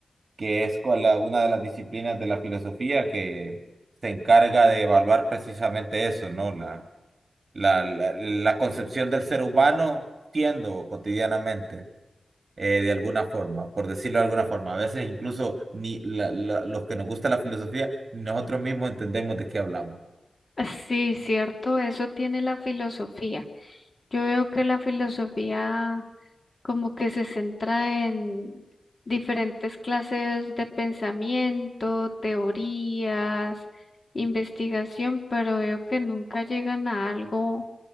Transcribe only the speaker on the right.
que es con la- una de las disciplinas de la filosofía que se encarga de evaluar precisamente eso, ¿no? La, la, la, la concepción del ser humano siendo cotidianamente, eh, de alguna forma, por decirlo de alguna forma. A veces incluso ni la- la- los que nos gusta la filosofía, ni nosotros mismos entendemos de qué hablamos.